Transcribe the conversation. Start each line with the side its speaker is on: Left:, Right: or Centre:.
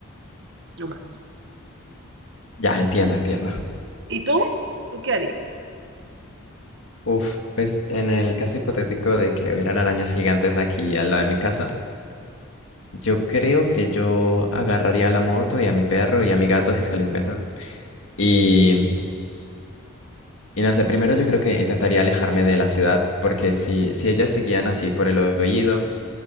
Right: no más.
Left: Ya, entiendo, entiendo.
Right: ¿Y tú? ¿Tú qué harías?
Left: Uf, pues en el caso hipotético de que hubieran arañas gigantes aquí al lado de mi casa, yo creo que yo agarraría a la moto y a mi perro y a mi gato si es que lo encuentro. Y, y no sé, primero yo creo que intentaría alejarme de la ciudad porque si, si ellas seguían así por el oído